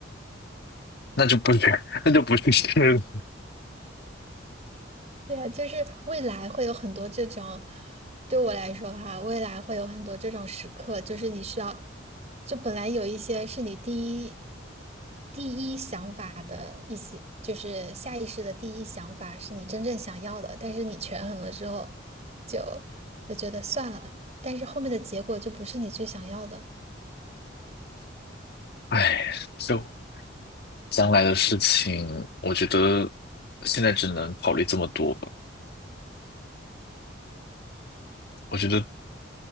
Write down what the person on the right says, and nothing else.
对啊，就是未来会有很多这种，对我来说哈，未来会有很多这种时刻，就是你需要，就本来有一些是你第一第一想法的一些，就是下意识的第一想法是你真正想要的，但是你权衡了之后就就觉得算了，但是后面的结果就不是你最想要的。